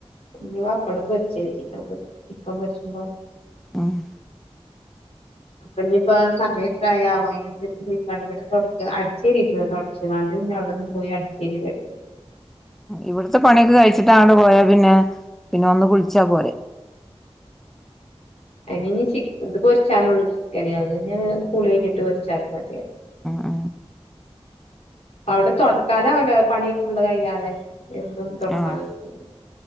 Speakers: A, on the left; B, in the centre.
A: ഇഞ് പപ്പടം പൊരിച്ച കരതി ചിക്കൻ പൊരിച്ചുമ്പോ
B: ഉമ്
A: അപ്പൊ ഇനിയിപ്പോ സമയ എത്ര ആവോ അതിനനുസരിച്ച് പോയിക്കാണ്ട് ഇവിടെ തു അടിച്ചേരിട്ടില്ല തുടച്ചതാണ്ട് പിന്നെ അവിടെന്ന് പോയി അടിച്ചേരി കേട്ടില്ല
B: ഇവിടത്തെ പണിയൊക്കെ കഴിച്ചിട്ടാ അങ്ങോട്ട് പോയാ പിന്നെ പിന്നെ വന്ന് കുളിച്ചാ പോരെ
A: അതി ഇ ഇത് പൊരച്ചാലള്ളൂ ചിക്കന അത് കളി കഴിഞ്ഞിട്ട് പൊരച്ചാലും മതിയ
B: ആ
A: അവിടെ തൊടക്കാനാവൂല്ല പണി ഫുള്ള് കഴിയാതെ എന്നും തൊടക്കാൻ
B: ആഹ്
A: വെയ്ക്കൂല